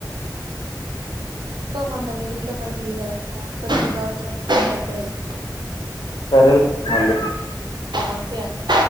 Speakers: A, on the right; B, on the left.
A: ఎంతో కొంత మిగిలితే మంచిది కదా దానికో దీనికో అవసరాలు పనికత్తాయి గా
B: సరే లే మళ్ళీ
A: ఓకే అండి